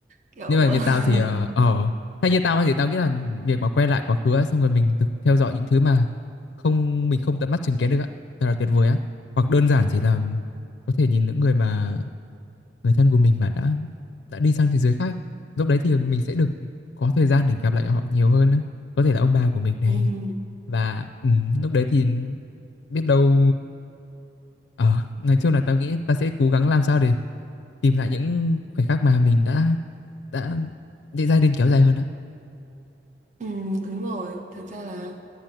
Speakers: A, on the right; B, on the left.
A: kiểu
B: nhưng mà như tao thì
A: <laughs>
B: ờ ờ, hay như tao thì tao nghĩ là việc mà quay lại quá khứ á, xong rồi mình được theo dõi những thứ mà không mình không tận mắt chứng kiến được á thật là tuyệt vời á hoặc đơn giản chỉ là có thể nhìn những người mà người thân của mình mà đã đã đi sang thế giới khác lúc đấy thì mình sẽ được có thời gian để gặp lại họ nhiều hơn á có thể là ông bà của mình này
A: ừm,
B: và ừ, lúc đấy thì biết đâu ờ nói chung là tao nghĩ ta sẽ cố gắng làm sao để tìm lại những khoảnh khắc mà mình đã đã định ra nên kéo dài hơn á
A: ừm, đúng rồi thật ra là